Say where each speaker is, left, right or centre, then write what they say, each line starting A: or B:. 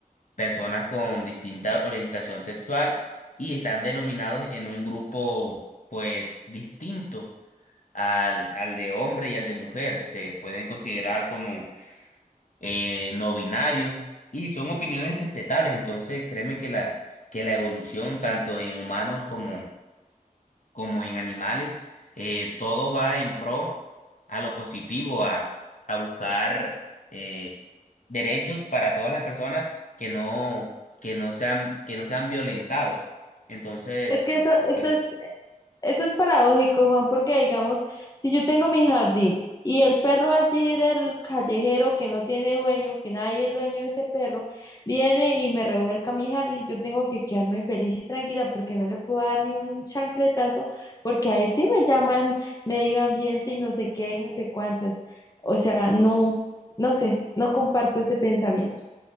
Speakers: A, on the left (about 60°); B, on the left (about 25°).
A: personas con distinta orientación sexual y están denominados en un grupo pues distinto al, al de hombre y al de mujer. Se pueden considerar como eh, no binario, y son opiniones respetables. Entonces, créeme que la, que la evolución, tanto en humanos como, como en animales, eh, todo va en pro a lo positivo, a, a buscar eh, derechos para todas las personas que no, que no sean, que no sean violentados. Entonces,
B: es que eso, eso
A: que,
B: es Eso es paradójico, Juan, porque digamos, si yo tengo mi jardín y el perro allí del callejero que no tiene dueño, que nadie es dueño de ese perro, viene y me revuelca mi jardín, yo tengo que quedarme feliz y tranquila porque no le puedo dar ni un chancletazo, porque ahí sí me llaman medio ambiente y no sé qué y no sé cuántas. O sea, no, no sé, no comparto ese pensamiento.